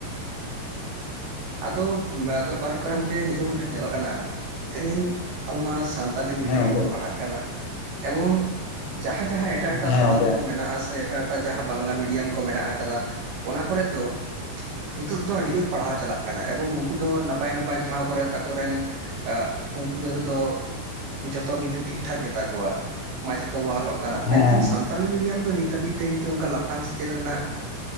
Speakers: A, on the right (about 70°); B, on the left (about 85°).
A: ᱟᱫᱚ ᱵᱮᱯᱟᱨ ᱦᱩᱭᱩᱜ ᱠᱟᱱᱟ ᱜᱚᱝᱠᱮ ᱱᱤᱛᱚᱜ ᱧᱮᱞᱚᱜ ᱠᱟᱱᱟ ᱛᱮᱦᱮᱧ ᱟᱵᱚ ᱢᱟ ᱥᱟᱱᱛᱟᱲ ᱥᱟᱱᱛᱟᱞᱤ ᱢᱤᱰᱤᱭᱟᱢ
B: ᱦᱮᱸ ᱜᱚᱝᱠᱮ
A: ᱛᱮᱵᱚᱱ ᱯᱟᱲᱦᱟᱜ ᱠᱟᱱᱟ ᱮᱵᱚᱝ ᱡᱟᱦᱟᱸ ᱡᱟᱦᱟᱸ ᱮᱴᱟᱜ ᱮᱴᱟᱜ
B: ᱦᱮᱸ
A: ᱥᱟᱛᱟᱢ
B: ᱜᱚᱝᱠᱮ ᱦᱮᱸ
A: ᱠᱚ ᱢᱮᱱᱟᱜᱼᱟ ᱥᱮ ᱮᱴᱟᱜ ᱮᱴᱟᱜ ᱡᱟᱦᱟᱸ ᱵᱟᱝᱞᱟ ᱢᱤᱰᱤᱭᱟᱢ ᱠᱚ ᱢᱮᱱᱟᱜ ᱟᱠᱟᱫᱟ ᱚᱱᱟ ᱠᱚᱨᱮᱫ ᱫᱚ ᱱᱤᱛᱳᱜ ᱫᱚ ᱟᱹᱰᱤ ᱡᱳᱨ ᱯᱟᱲᱦᱟᱣ ᱪᱟᱞᱟᱜ ᱠᱟᱱᱟ ᱠᱟᱱᱟ ᱮᱵᱚᱝ ᱩᱱᱠᱩ ᱫᱚ ᱱᱟᱯᱟᱭ ᱱᱟᱯᱟᱭ ᱴᱷᱟᱶ ᱠᱚᱨᱜ ᱟᱠᱚᱨᱮᱱ ᱟ ᱩᱱᱠᱩ ᱫᱚ ᱱᱤᱛᱮᱫ ᱫᱚ ᱡᱷᱚᱛᱚ ᱜᱮᱠᱩ ᱴᱷᱤᱠᱼᱴᱷᱟᱠ ᱜᱮᱛᱟ ᱠᱚᱣᱟ ᱢᱟᱪᱮᱫ ᱠᱚ ᱵᱚᱦᱟᱞᱚᱜ ᱠᱟᱱᱟ ᱢᱮᱱᱠᱷᱟᱱ
B: ᱦᱮᱸ
A: ᱥᱟᱱᱛᱟᱲ ᱥᱟᱱᱛᱟᱞᱤ ᱢᱤᱰᱟᱢ ᱫᱚ ᱱᱤᱛ ᱫᱷᱟᱹᱵᱤᱡ ᱛᱮ ᱠᱤᱱᱛᱩ ᱚᱱᱠᱟ ᱞᱟᱯᱷᱟᱝ ᱥᱮᱪᱮᱫ ᱨᱮᱱᱟᱜ